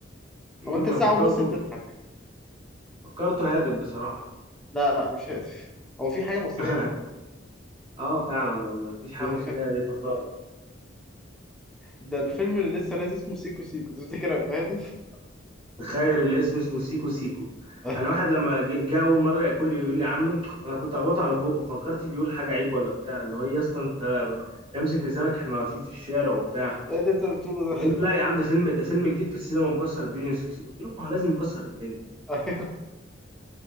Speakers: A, on the right; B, in the centre.
A: امم
B: هو انت ساعة
A: أنا فكرته
B: ونص بتضحك
A: فكرته هادف بصراحة
B: لا لا مش هادف هو في حاجة مصرية
A: <laughs>
B: هادفة
A: اه فعلا والله مفيش حاجة
B: <laughs>
A: مصرية هادفة خالص
B: ده الفيلم اللي لسه نازل اسمه سيكو سيكو تفتكر هيبقى هادف
A: تخيل الاسم اسمه سيكو سيكو
B: <laughs>
A: انا واحد لما جه جه اول مرة ياكل لي يقول لي عنه انا كنت اخبطه على بقه فكرت بيقول حاجة عيب ولا بتاع اللي هو إيه يا اسطى انت امسك لسانك احنا واقفين في الشارع وبتاع
B: ايه اللي انت بتقوله
A: فقال
B: ده
A: لا يا عم ده فيلم ده فيلم جديد في السينما مكسر الدنيا قلت له ما هو لازم يكسر الدنيا
B: <laughs> ايوه